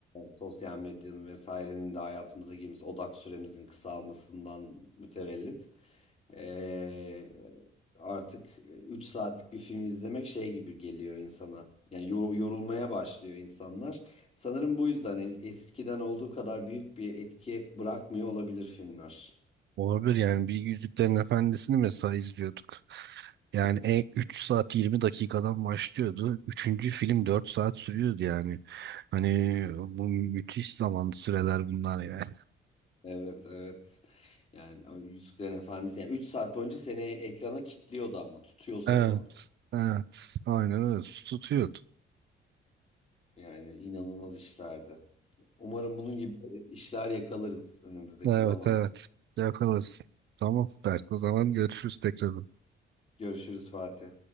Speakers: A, on the left; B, on the right.
A: sosyal medyanın vesairenin de hayatımıza girmesi odak süremizin kısalmasından mütevellit. Ee, artık e, 3 saatlik bir film izlemek şey gibi geliyor insana yani yor- yorulmaya başlıyor insanlar. Sanırım bu yüzden es- eskiden olduğu kadar büyük bir etki bırakmıyor olabilir filmler.
B: Olabilir yani bir Yüzüklerin Efendisi'ni mesela izliyorduk. Yani
A: Tabii.
B: e, 3 saat 20 dakikadan başlıyordu. Üçüncü film 4 saat sürüyordu yani. Hani bu müthiş zaman süreler bunlar ya.
A: Evet, evet. Yani o Yüzüklerin Efendisi yani 3 saat boyunca seni ekrana kilitliyordu ama tutuyor seni
B: Evet.
A: orada.
B: Evet. Aynen öyle. Tutuyordu.
A: Yani inanılmaz işlerdi. Umarım bunun gibi işler yakalarız önümüzdeki
B: Evet
A: zaman.
B: evet. Yakalarız. Tamam. Belki o zaman görüşürüz tekrar.
A: Görüşürüz Fatih.